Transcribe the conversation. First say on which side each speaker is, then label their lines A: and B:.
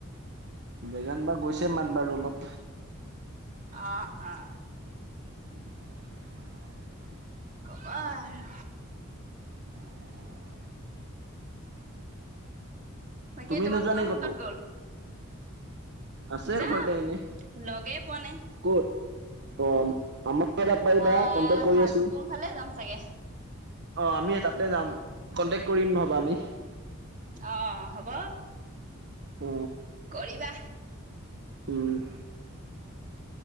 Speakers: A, on the right; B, on the right.
A: বেজান বা গৈছে মাত বাৰু অলপ।
B: অহ - অহ।
A: <inaudible>
B: ক'ব আৰু।
A: <inaudible>
B: বাকী
A: তুমি
B: তোমালোকৰ
A: নোযোৱা নে
B: মাহত
A: কতো?
B: ক'ত গ'ল
A: আছে
B: যাম
A: ঘৰতে এনে
B: লগে পোৱা নাই
A: ক'ত অ, আমাৰ পাৰিবা
B: আহ
A: কনটেক্ট কৰি
B: ভালুপুং
A: আছো।
B: ফালে যাম চাগে
A: অ, আমি তাতে যাম কন্টেক কৰিম নহ'বা আমি।
B: অহ, হ'ব।
A: অ
B: কৰিবা।
A: উম,